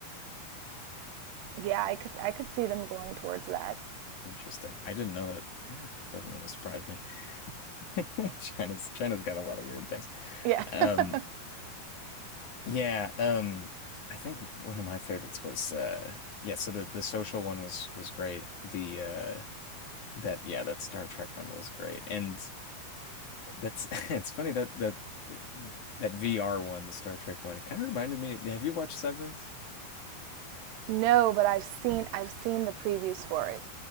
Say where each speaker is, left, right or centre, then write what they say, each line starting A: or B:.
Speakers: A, on the right; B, on the left.
A: Yeah, I could I could see them going towards that.
B: Interesting. I didn't know that. Yeah, doesn't really surprise me. <laughs> China's China's got a lot of weird things.
A: Yeah.
B: Um,
A: <laughs>
B: Yeah, um, I think one of my favorites was uh yeah, so the the social one was was great. The uh that yeah, that Star Trek one was great. And that's <laughs> it's funny that that that VR one, the Star Trek one, it kind of reminded me, have you watched Severance?
A: No, but I've seen I've seen the previews for it.